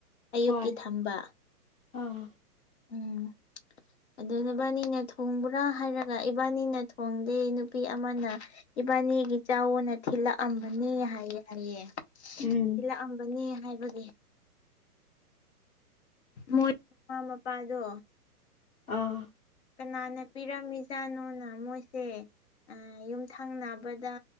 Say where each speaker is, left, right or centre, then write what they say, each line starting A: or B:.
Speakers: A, on the left; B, on the left.
A: ꯑꯌꯨꯛꯀꯤ
B: ꯍꯣꯏ
A: ꯊꯝꯕ
B: ꯑꯥ
A: ꯎꯝ ꯑꯗꯨ ꯅꯕꯥꯅꯤꯅ ꯊꯣꯡꯕ꯭ꯔꯥ ꯍꯥꯏꯔꯒ ꯏꯕꯥꯅꯤꯅ ꯍꯣꯡꯗꯦ ꯅꯨꯄꯤ ꯑꯃꯅ ꯏꯕꯥꯅꯤꯒꯤ ꯆꯥꯎꯅ ꯊꯤꯜꯂꯛꯑꯝꯕꯅꯤ ꯍꯥꯏꯌꯦ ꯍꯥꯏꯌꯦ
B: ꯎꯝ
A: ꯊꯤꯜꯂꯛꯑꯝꯕꯅꯤ ꯍꯥꯏꯕꯒꯤ ꯃꯣꯏ ꯃꯃꯥ ꯃꯄꯥꯗꯣ
B: ꯑꯥ
A: ꯀꯅꯥꯅ ꯄꯤꯔꯝꯃꯤꯖꯥꯠꯅꯣꯅ ꯃꯣꯏꯁꯦ ꯌꯨꯝꯊꯪꯅꯕꯗ